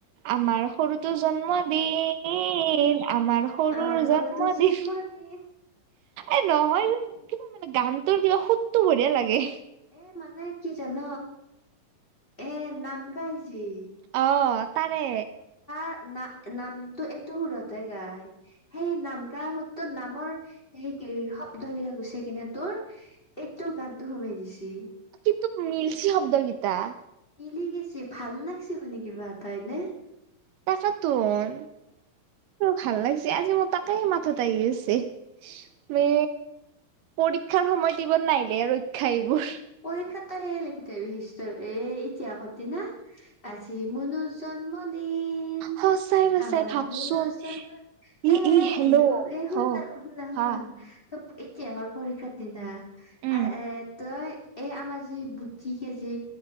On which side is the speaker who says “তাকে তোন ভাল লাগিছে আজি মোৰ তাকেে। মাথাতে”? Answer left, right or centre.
Right